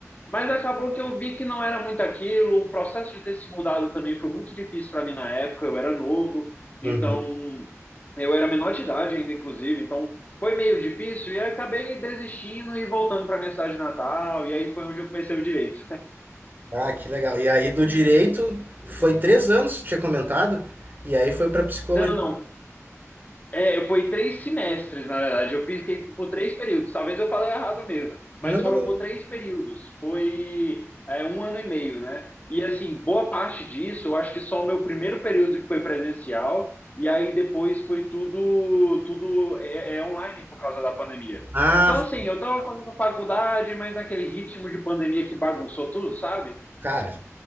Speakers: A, on the left; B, on the right.
A: Mas acabou que eu vi que não era muito aquilo. O processo de ter se mudado também foi muito difícil para mim na época. Eu era novo, então
B: Uhum.
A: eu era menor de idade ainda, inclusive, então foi meio difícil e aí acabei desistindo e voltando para minha cidade natal, e aí foi onde eu comecei o direito.
B: Ah, que legal. E aí do direito foi três anos, tinha comentado, e aí foi pra psicologia.
A: Não, não, É, eu fui três semestres, na verdade. Eu fiz que- por três períodos. Talvez eu falei errado mesmo,
B: Não,
A: mas
B: não.
A: foram por três períodos. Foi, é, um ano e meio, né? E assim, boa parte disso, eu acho que só o meu primeiro período que foi presencial, e aí depois foi tudo, tudo é, é online por causa da pandemia.
B: Ah,
A: Então, assim, eu tava fazendo faculdade, mas naquele ritmo de pandemia que bagunçou tudo, sabe?
B: cara,